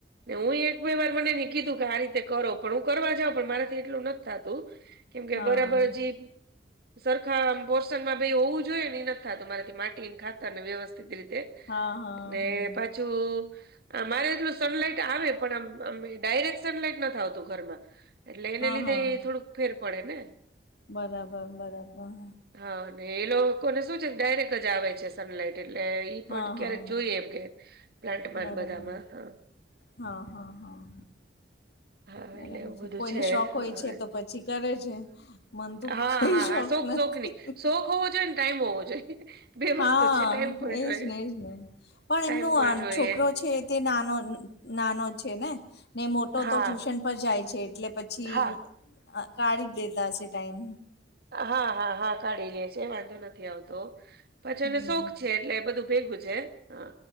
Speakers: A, on the right (about 55°); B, on the left (about 60°).
A: હું એક બે વાર મને કીધું કે આ રીતે કરો પણ હું કરવા જાઉં પણ મારાથી એટલું નથ થાતું કેમ કે
B: હા
A: બરાબર જે સરખા પોર્શનમાં બેય હોવું જોઈએ એ નથ થાતું માર થી માટી ને ખા તાર ને વ્યવસ્થિત રીતે
B: હા હા
A: ને
B: હા
A: પા જો મારે એટલું સનલાઈટ આવે પણ આમ આમ ડાયરેક્ટ સનલાઈટ નથ આવતી. ઘરમાં એટલે એને
B: હા
A: લીધે
B: હા
A: એ થોડુંક ફેર પડે ને.
B: બરાબર, બરાબર.
A: હા ને એ લોકોને શું છે ડાયરેક્ટ જ આવે છે સનલાઈટ. એટલે ઈ પણ
B: હા
A: ક્યારેક
B: હા
A: જોઈએ એમ કે પ્લાન્ટમાં
B: બરાબર
A: બધામાં, હા.
B: હા, હા, હા.
A: હા
B: બરાબર
A: એટલે એવું
B: છે
A: બધું
B: કોઈને શોખ હોય
A: હા
B: છે તો પછી કરે છે મન તો
A: હા હા
B: કઈ
A: હા
B: શોખ
A: હા
B: નથી.
A: શોખની શોખ હોવો જોઈએ ને ટાઈમ હોવો જોઈએ બે
B: હા
A: વસ્તુ છે ટાઈમ પણ
B: એજને,
A: જોઈએ
B: એજને. પણ
A: ટાઈમ
B: એમનો
A: પર જોઈએ
B: છોકરો છે તે નાનો નાનો છે ને ને મોટો
A: હા
B: તો ટ્યુશન પર જાય છે. એટલે પછી
A: હા
B: કાઢી જ દેતા હશે ટાઈમ
A: હા હા હા કાઢી લે છે વાંધો નથી આવતો પછી
B: હમ
A: એને શોખ છે એટલે એ બધું ભેગું છે હ